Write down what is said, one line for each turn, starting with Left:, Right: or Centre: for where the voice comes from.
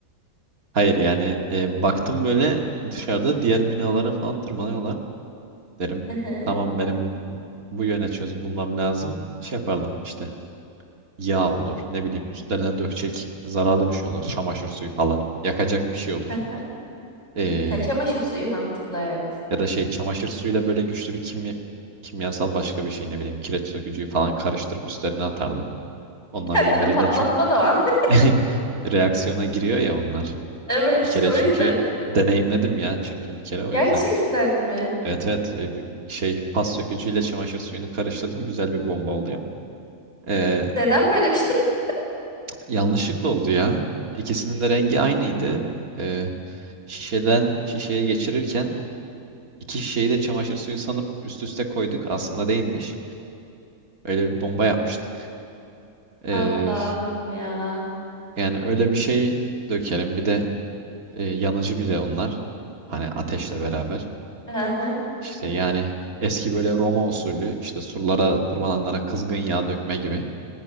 Right: Hayır yani e, baktım böyle dışarıda diğer binalara falan tırmanıyorlar. Derim
Left: <laughs> Hı hı.
Right: tamam benim bu yöne çözüm bulmam lazım. Şey yapardım işte. yağ olur. Ne bileyim üstlerine dökecek zararlı bir şey olur. Çamaşır suyu falan. Yakacak bir şey olur.
Left: Hı hı.
Right: Ee,
Left: Sen çamaşır suyu mantıklı evet.
Right: ya da şey çamaşır suyuyla böyle güçlü bir kimya, kimyasal başka bir şey ne bileyim kireç sökücüyü falan karıştırıp üstlerine atardı. Onlar
Left: Kendini
Right: birbiriyle
Left: patlatma
Right: çok
Left: da o an. <laughs>
Right: <laughs> reaksiyona giriyor ya onlar.
Left: Evet
Right: Bir
Left: işte
Right: kere
Left: o
Right: çünkü
Left: yüzden dedim.
Right: deneyimledim ya çünkü bir kere o
Left: Gerçekten
Right: yüzden.
Left: mi?
Right: Evet evet e, bir şey pas sökücüyle çamaşır suyunu karıştırdım güzel bir bomba oluyor. Ee,
Left: Neden böyle bir şey?
Right: Yanlışlıkla oldu ya. İkisinin de rengi aynıydı. Ee, şişeden şişeye geçirirken iki şişeyi de çamaşır suyu sanıp üst üste koyduk. Aslında değilmiş. Öyle bir bomba yapmıştık. Ee,
Left: <laughs> Allah'ım ya.
Right: yani öyle bir şey dökerim. Bir de e, yanıcı bir de onlar. Hani ateşle beraber.
Left: Hı hı.
Right: İşte yani eski böyle Roma usulü işte surlara tırmananlara kızgın yağ dökme gibi.